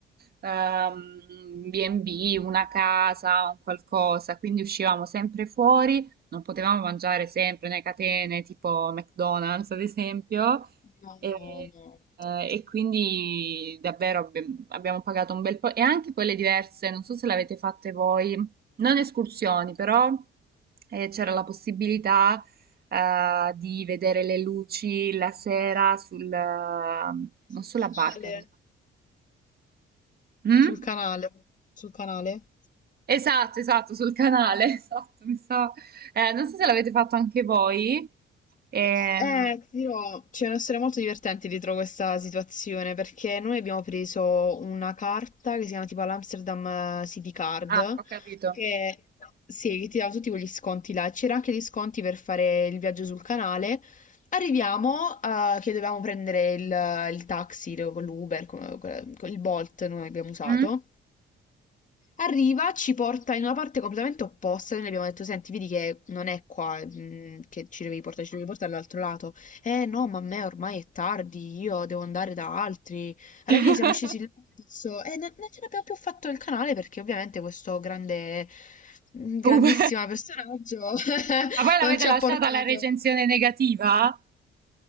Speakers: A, on the right; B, on the left.
A: ehm, B&B, una casa, un qualcosa, quindi uscivamo sempre fuori, non potevamo mangiare sempre nelle catene tipo McDonald's, ad esempio.
B: No,
A: E,
B: no, no.
A: eh, e quindi davvero abbi- abbiamo pagato un bel po' e anche quelle diverse, non so se l'avete fatte voi, non escursioni, però eh, c'era la possibilità eh, di vedere le luci la sera sul, eh, non
B: Sul
A: sulla
B: canale,
A: barca. era- Mm?
B: sul canale, sul canale.
A: Esatto, esatto, sul canale, <laughs> esatto, mi sa. Eh, non so se l'avete fatto anche voi. Ehm,
B: Eh, ti dirò, c'è una storia molto divertente dietro questa situazione perché noi abbiamo preso una carta che si chiama tipo l'Amsterdam eh, City Card
A: Ah, ho capito.
B: che, sì, che ti dava tutti quegli sconti là. C'era anche gli sconti per fare il viaggio sul canale. Arriviamo, eh, che dovevamo prendere il, il taxi con l'Uber, con, con il Bolt noi abbiamo usato.
A: Mm?
B: Arriva, ci porta in una parte completamente opposta. Noi le abbiamo detto: Senti, vedi che non è qua, mm, che ci devi portare, ci devi portare all'altro lato. Eh no, ma a me ormai è tardi, io devo andare da altri. Alla
A: <laughs>
B: fine siamo scesi là adesso, e non, non ce l'abbiamo più fatto il canale perché ovviamente questo grande, grandissimo
A: Uh, Ma
B: personaggio <laughs>
A: poi l'avete
B: non ci
A: lasciata
B: ha portato.
A: la recensione negativa?